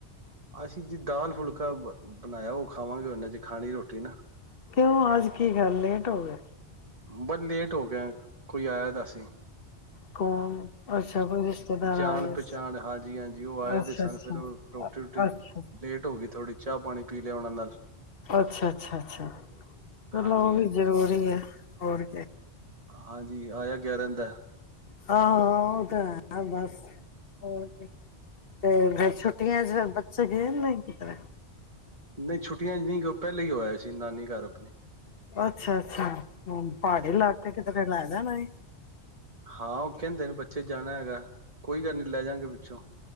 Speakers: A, on the right (about 35°); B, on the left (about 55°).
A: ਅਸੀਂ ਜੀ ਦਾਲ ਫੁਲਕਾ ਬ ਬਣਾਇਆ ਉਹ ਖਾਵਾਂਗੇ ਉਹਨੇ ਜੇ ਖਾਣੀ ਰੋਟੀ ਨਾ
B: ਕਿਉਂ ਅੱਜ ਕੀ ਖੱਲ ਲੇਟ ਹੋ ਗਏ
A: ਬਸ ਲੇਟ ਹੋ ਗਿਆ ਕੋਈ ਆਇਆਦਾ ਸੀ
B: ਕੌਣ ਅੱਛਾ ਕੋਈ ਰਿਸ਼ਤੇਦਾਰ
A: ਜਾਣ
B: ਆਏ
A: ਪਚਾਣ
B: ਸੀ।
A: ਹਾਂਜੀ ਹਾਂਜੀ ਉਹ ਆਏ
B: ਅੱਛਾ,
A: ਦੇ ਸਨ
B: ਅੱਛਾ,
A: ਫੇਿਰ ਉਹ ਰੋਟੀ ਰੋਟੀ
B: ਅੱਛਾ।
A: ਲੇਟ ਹੋ ਗਈ ਥੋੜ੍ਹੀ ਚਾਹ ਪਾਣੀ ਪੀ ਲਿਆ ਉਹਨਾਂ ਨਾਲ
B: ਅੱਛਾ ਅੱਛਾ ਅੱਛਾ ਚਲੋ
A: ਹਾਂਜੀ-ਹਾਂਜੀ।
B: ਉਹ ਵੀ ਜ਼ਰੂਰੀ ਹੈ ਹੋਰ ਕੇ।
A: ਹਾਂਜੀ ਆਇਆ ਗਿਆਰਨ ਦਾ
B: ਹਾਂ ਉਹ ਤਾਂ ਹੈ ਬਸ ਹੋਰ ਤੇ ਫਰ ਛੁੱਟੀਆਂ ਚ ਫਿਰ ਬੱਚੇ ਗਏ ਨਹੀਂ ਕਿਸ ਤਰ੍ਹਾਂ
A: ਨਹੀਂ ਛੁੱਟੀਆਂ ਨਹੀਂ ਪਹਿਲੇਾਂ ਹੀ ਹੋਇਆ ਸੀ ਨਾਨੀ ਘਰ ਆਪਣੀ
B: ਅੱਛਾ ਅੱਛਾ ਹਮ ਪਹਾੜੀ ਇਲਾਕੇ ਕਿਤੇ ਫ ਲੈ ਜਾਣਾ ਸੀ
A: ਹਾਂ ਉਹ ਕਹਿੰਦੇ ਨੇ ਬੱਚੇ ਜਾਣਾ ਹੈਗਾ ਕੋਈ ਗੱਲ ਨੀ ਲੈ ਜਾਗੇ ਪੋਂ